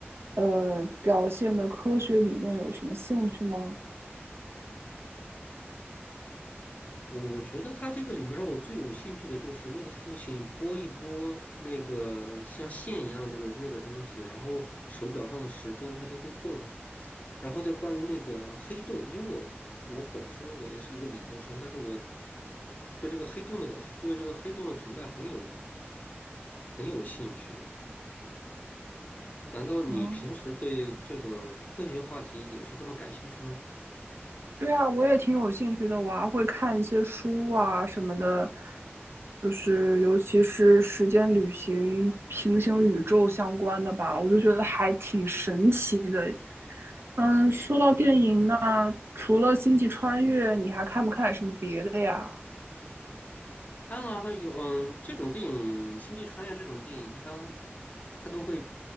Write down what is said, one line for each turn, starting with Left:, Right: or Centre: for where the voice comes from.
Right: 呃，表现的科学理论有什么兴趣吗？
Left: 我我觉得他这个里面让我最有兴趣的就是那个父亲拨一拨那个像线一样的那个那个东西，然后手表上的时针它就会动。然后再关于那个黑洞，因为我我本身我也是一个理科生，但是我对这个黑洞的对这个黑洞的存在很有很有兴趣。难道你平时对这种科学话题也是这么感兴趣吗？
Right: 啊，对啊，我也挺有兴趣的，我还会看一些书啊什么的，就是尤其是时间旅行、平行宇宙相关的吧，我就觉得还挺神奇的。嗯，说到电影呢，除了《星际穿越》，你还看不看什么别的呀？
Left: 看了还有，嗯，这种电影《星际穿越》这种电影，一般他都会